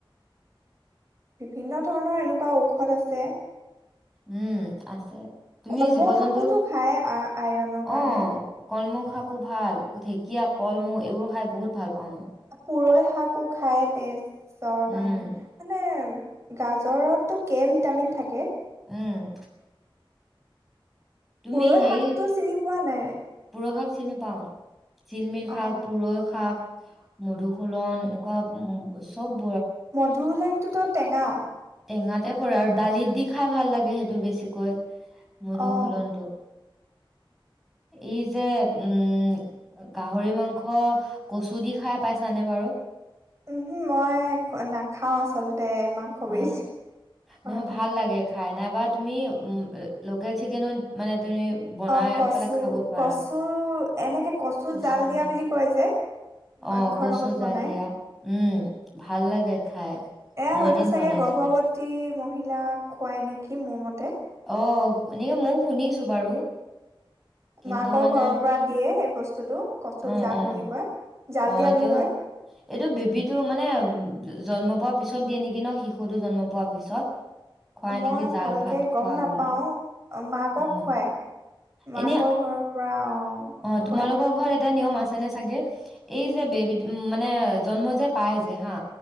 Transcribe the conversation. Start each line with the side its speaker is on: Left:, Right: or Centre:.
Right: বিভিন্ন ধৰণৰ এনেকুৱা ঔষধ আছে
Centre: উম আছে তুমি
Right: কলমৌ
Centre: জীৱ
Right: শাকোতো
Centre: জন্তু
Right: খায় আ- আইৰনৰ কাৰণে
Centre: অ কলমৌখ খাকো ভাল ঢেকীয়া কলমৌ এইবোৰ খাই বহুত ভাল পাওঁ মই
Right: পুৰৈ শাকো খায় তেজৰ
Centre: উম
Right: কাৰণে মানে গাজৰতটো কে ভিটামিন থাকে
Centre: উম তুমি
Right: পুৰৈ
Centre: হেৰি
Right: শাকটো চিনি পোৱা নাই
Centre: পুৰৈ শাক চিনি পাওঁ জিলমিল
Right: অ
Centre: শাক পূৰৈ শাক মধুসুলন এনেকুৱা উ চব
Right: মধুসুলেনটো তো টেঙা
Centre: টেঙাতে পৰে আৰু দালিত দি খাই ভাল লাগে সেইটো বেছিকৈ মুধ
Right: অ
Centre: হুলনডু ই যে উম গাহৰি মাংস কচু দি খাই পাইছানে বাৰু
Right: উম মই নাখাও আচলতে ততে মাংস
Centre: অ
Right: বীজ পাৰটা
Centre: নহয় ভাল লাগে খাই নাইবা তুমি উ লোকেল চিকেনো মানে তুমি বনাই
Right: অ কচু
Centre: পেলাই খাব পাৰা
Right: কচু এনেকে কচু
Centre: কচুৰ
Right: জাল দিয়া
Centre: সতে
Right: বুলি কয় যে মাংসৰ
Centre: অ কচু
Right: লগত
Centre: জাল
Right: বনাই
Centre: দিয়া উম ভাল লাগে খাই
Right: এয়া
Centre: মই
Right: হয়তো
Centre: এদিন
Right: চাগে
Centre: বনাইছিলো
Right: গৰ্ভৱতী মহিলাক খুৱাই নেকি মোৰ মতে
Centre: অ এনেকে ময়ও শুনিছো বাৰু কিন্তু
Right: মাকৰ
Centre: মানে
Right: ঘৰৰ পৰা দিয়ে এই বস্তুটো কচুৰ
Centre: আহ
Right: জাল
Centre: আহ
Right: বুলি কয়। জাল
Centre: আহ
Right: দিয়া
Centre: এইটো
Right: বুলি কয়
Centre: এইটো বেবীটো মানে জন্ম পোৱাৰ পিছত দিয়ে নেকি ন শিশুতো জন্ম পোৱাৰ পিছত খুৱাই
Right: মই
Centre: নেকি জাল
Right: ভালকে
Centre: ভাত খোৱা
Right: গম নাপাও
Centre: বুলি
Right: মাকক
Centre: উম
Right: খুৱাই। মাকৰ
Centre: এনে
Right: ঘৰৰ পৰা অ
Centre: অ
Right: খুৱাই
Centre: তোমালোকৰ ঘৰত এটা নিয়ম আছে আছে নে চাগে এই যে বে মানে জন্ম যে পায় যে হা